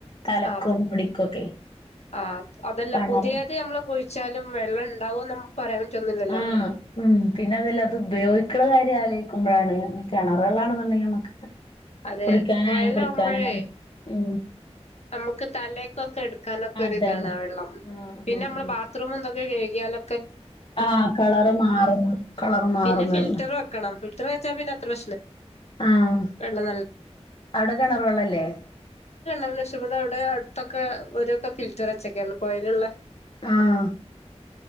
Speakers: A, on the left; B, on the left.
A: തലക്കും
B: ആ
A: മുടിക്കൊക്കെ
B: ആ അതല്ല
A: കിണറ്
B: പുതിയത് നമ്മള് കുഴ വച്ചാലും വെള്ളം ഉണ്ടാവും നമുക്ക് പറയാൻ പറ്റൊന്നില്ലല്ലോ
A: ആ ഉം പിന്നെ അതല്ല അത് ഉപയോഗിക്കുന്ന കാര്യല്ലേ നക്ക്പോഴാണ് കണറ് വെള്ളാണെന്നുണ്ടെങ്കിൽ നമുക്ക് <unintelligible>
B: അതെ
A: കുളിക്കാനായാലും
B: കൊയലാവുമ്പഴേ
A: കുളിക്കാനായാലും ഉ
B: നമുക്ക് തലേക്കൊക്കെ എടുക്കാനൊക്കെ
A: അതന്നെ
B: ഒ ഇതാണ് ആ വെള്ളം
A: ആഹ്
B: പിന്നെ
A: ആഹ്
B: നമ്മള് ബാത്റൂം എന്തൊക്കെ ഇ അല്ല
A: ആഹ് കളറ് മാറുന്നു കളറ് മാറുന്നു
B: പിന്നെ ഫ
A: പറഞ്ഞ്
B: വെ വെന്ന
A: ആഹ്
B: ന
A: അവിടെ കിണർ വെള്ളല്ലേ
B: ഇവിടെ ഇവിടെ അടുത്തൊക്കെ ഒരുഓരൊക്കെ ഫിൽറ്റർ വെച്ചൊക്കെയാണ് കോയിലുള്ള
A: ആഹ